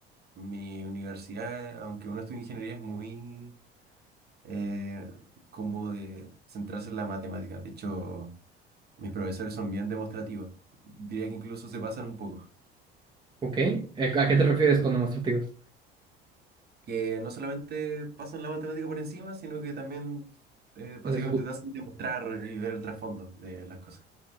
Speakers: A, on the right; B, on the right.
A: mi universidad, aunque uno estudie ingeniería, es muy eh, como de centrarse en la matemática. De hecho, mis profesores son bien demostrativos. Diría que incluso se pasan un poco.
B: ¿Ok? Eh, ¿A qué te refieres con demostrativos?
A: Que no solamente pasan la matemática por encima, sino que también eh, básicamente
B: Les gu-
A: te hacen demostrar y ver el trasfondo de las cosas.